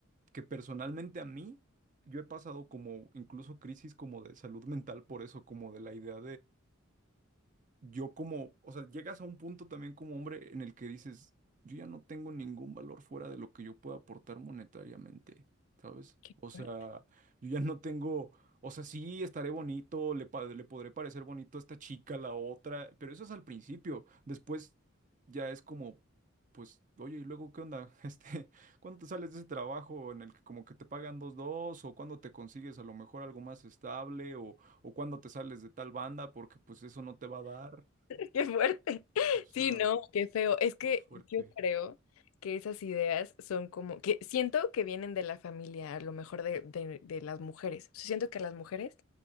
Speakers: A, on the right; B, on the left.
A: que personalmente a mí, yo he pasado como incluso crisis como de salud mental por eso, como de la idea yo como, o sea, llegas a un punto también como hombre en el que dices, yo ya no tengo ningún valor fuera de lo que yo pueda aportar monetariamente, ¿sabes?
B: qué
A: O sea,
B: fuerte.
A: yo ya no tengo, o sea, sí estaré bonito, le, pa- le podré parecer bonito a esta chica, a la otra, pero eso es al principio. Después ya es como, pues, oye, ¿y luego qué onda? <laughs> Este, ¿cuándo te sales de ese trabajo en el que como que te pagan dos, dos, o cuándo te consigues a lo mejor algo más estable, o cuándo te sales de tal banda, porque pues eso no te va a dar.
B: <laughs> Qué fuerte.
A: O sea,
B: Sí, no, qué feo. Es que
A: es fuerte.
B: yo creo que esas ideas son como, que siento que vienen de la familia, a lo mejor de, de- de las mujeres. O sea, siento que las mujeres